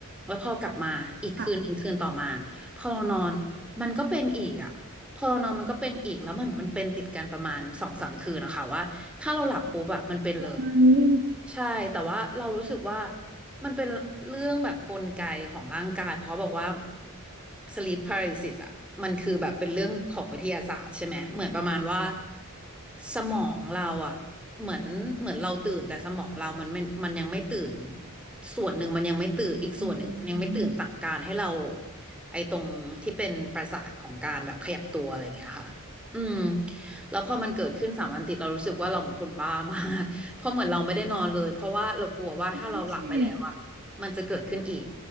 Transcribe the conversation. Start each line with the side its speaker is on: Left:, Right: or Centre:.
Centre: แล้วพอกลับมาอีกคืนหนึ่งคืนต่อมา
Right: ค่ะ
Centre: พอเรานอนมันก็เป็นอีกอะ พอเรานอนมันก็เป็นอีกแล้วเหมือนมันเป็นติดกันประมาณสองสามคืนนะคะว่าถ้าเราหลับปุ๊บอะมันเป็นเลย
Right: เอ้ย
Centre: ใช่แต่ว่าเรารู้สึกว่ามันเป็นเรื่องแบบกลไกของร่างกายเพราะบอกว่า sleep paralysis อ่ะมันคือแบบเป็นเรื่องของวิทยาศาสตร์ใช่ไหมเหมือนประมาณว่าสมองเราอ่ะเหมือนเหมือนเราตื่นแต่สมองเรามันไม่มันยังไม่ตื่นส่วนหนึ่งมันยังไม่ตื่นอีกส่วนหนึ่งมันยังไม่ตื่นสั่งการให้เรา
Right: อืม
Centre: ไอ้ตรงที่เป็นประสาทของการแบบขยับตัวอะไรอย่างเงี้ยค่ะอืมแล้วพอมันเกิดขึ้นสามวันติดเรารู้สึกว่าเราเหมือนคนบ้ามาก เพราะเหมือนเราไม่ได้นอนเลยเพราะว่าเรากลัวว่าถ้าเราหลับไปแล้วอ่ะ
Right: นั่นสิ
Centre: มันจะเกิดขึ้นอีก